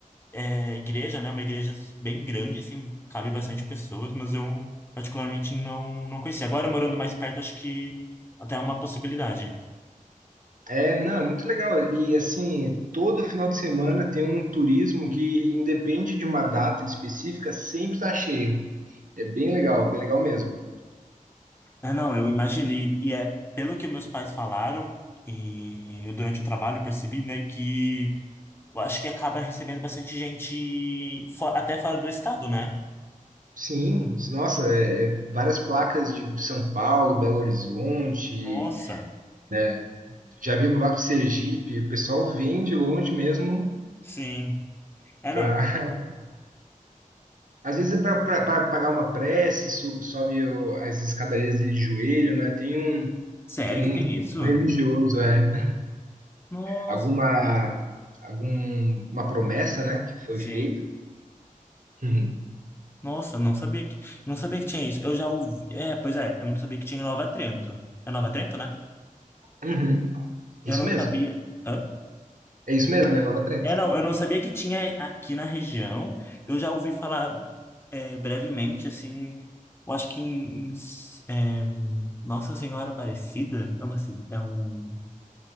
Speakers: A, on the left (about 15°); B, on the right (about 70°).
A: é, é igreja, né? Uma igreja bem grande, assim, cabe bastante pessoas, mas eu particularmente não, não conhecia. Agora, morando mais perto, acho que até é uma possibilidade.
B: É, não, é muito legal. E assim, todo final de semana tem um turismo que independe de uma data específica, sempre está cheio. É bem legal, bem legal mesmo.
A: Ah, não, eu imagino. E, e é pelo que meus pais falaram, e eu durante o trabalho percebi, né, que eu acho que acaba recebendo bastante gente fo- até fora do estado, né?
B: Sim, nossa, é- é várias placas de São Paulo, Belo Horizonte,
A: Nossa,
B: né? já vi no Vale de Sergipe, o pessoal vem de longe mesmo
A: sim. É,
B: para
A: não.
B: Às vezes, é para pagar uma prece, su- sobe o- as escadarias de joelho, né? Tem um,
A: Sério
B: tem um
A: que tem
B: pouco
A: isso?
B: religioso, é.
A: Nossa,
B: Alguma, alguma promessa, né, que foi
A: sim.
B: feita. Uhum.
A: Nossa, não sabia que, não sabia que tinha isso. Eu já ouvi. É, pois é, eu não sabia que tinha em Nova Trento. É Nova Trento, né?
B: Uhum. Isso
A: Eu não
B: mesmo.
A: sabia. Hã?
B: É isso mesmo, né? Nova Trento.
A: É, não, eu não sabia que tinha aqui na região. Eu já ouvi falar é, brevemente, assim. Eu acho que em, em é, Nossa Senhora Aparecida é uma cida- é um.